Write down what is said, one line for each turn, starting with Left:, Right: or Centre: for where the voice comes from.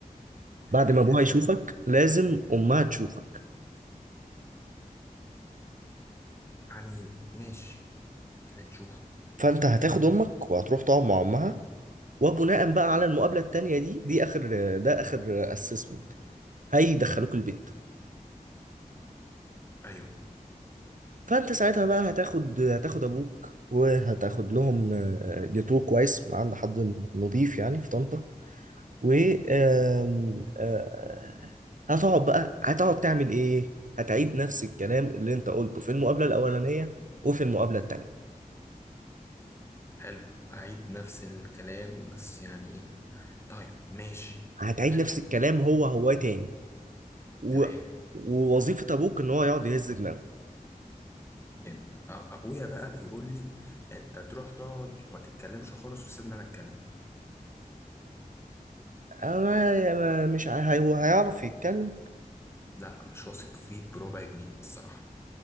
Right: بعد
Left: هي
Right: ما ابوها يشوفك لازم امها تشوفك
Left: يعني ماشي نشوف
Right: فانت هتاخد امك وهتروح تقعد مع امها وبناء بقى على المقابله التانيه دي دي اخر ده اخر اسسمنت هيدخلوك البيت
Left: ايوه
Right: فانت ساعتها بقى هتاخد هتاخد ابوك وهتاخد لهم آه، جاتوه كويس من عند حد نظيف يعني في طنطا و آم، آه، هتقعد بقى هتقعد تعمل ايه هتعيد نفس الكلام اللي انت قلته في المقابله الاولانيه وفي المقابله التانيه
Left: حلو اعيد نفس الكلام بس يعني ايه طيب ماشي
Right: هتعيد
Left: حلو
Right: نفس الكلام هو هو تاني و...
Left: تمام
Right: ووظيفة أبوك إن هو يقعد يهز دماغه
Left: جميل أ- ابويا بقى بيقول لي انت تروح تقعد وما تتكلمش خالص وسيبني انا اتكلم
Right: أنا ما- مش عا- هي- هو هيعرف يتكلم
Left: لا مش واثق فيه بربع جنيه الصراحه